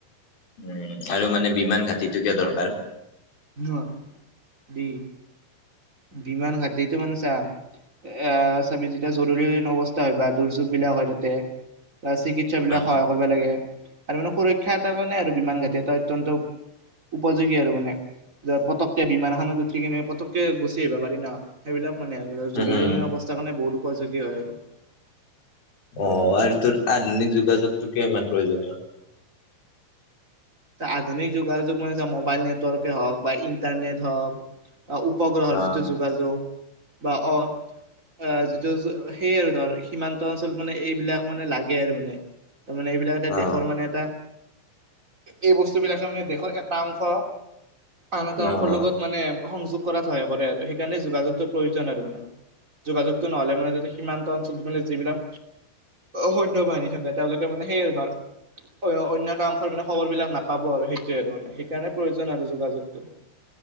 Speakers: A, on the left; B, on the right.
A: উম, আৰু মানে বিমান ঘাটিটো কিয় দৰকাৰ?
B: অ', দি বিমান ঘাটিটো মানে, চা এ, চাবি যেতিয়া, জৰুৰীালীন অৱস্থা হয়, বা দুৰ্যোগ বিলাক হয়, তাতে বা চিকি স্য বিলাক
A: অ',
B: সহায় কৰিব লাগে, ত, মানে সুৰক্ষা এটা কাৰণে, আৰু বিমান ঘাটি এটা অত্যন্ত উপযোগী আৰু মানে। ধৰ, পতকে বিমান এখনত উঠি কিনে, পতকে গুচি আহিব পাৰি ন, সেইবিলাক মানে জৰুৰীকালীন
A: উম, উম।
B: অৱস্থা কাৰণে, বহুত উপযোগী হয় আৰু।
A: অ', আৰু তোৰ আধুনিক যোগাযোগটো কিয় ইমান প্ৰয়োজনীয়?
B: আধুনিক যুগা যুগ মান যে মোবাইল নেটৱৰ্কে হওক বা ইণ্টাৰনেট হওক বা উপগ্ৰহৰ
A: অ',
B: যিটো যোগাযোগ বা অ অ যিটো সেই আৰু ধৰ সীমান্ত অঞ্চলত মানে এইবিলাক মানে লাগে আৰু মানে। তাৰমানে এইবিলাক
A: অ',
B: এ দেশৰ মানে এটা এই বস্তুবিলাকে মানে দেশৰ এটা অংশ আন এটা
A: অ',
B: অংশৰ লগত মানে সংযোগ কৰাত সহায় কৰে আৰু সেইকাৰণে যোগাযোগটো প্ৰয়োজন আৰু মানে। যোগাযোগটো নহ'লে মানে সীমান্ত অঞ্চলটো মানে যিবিলাক সৈন্য বাহিনী থাকে তেওঁলোকে মানে সেই ঘৰ অন্য এটা অংশৰ মানে খবৰবিলাক নাপাব আৰু সেইটোৱে আৰু মানে সেইকাৰণে প্ৰয়োজন আৰু যোগাযোগটো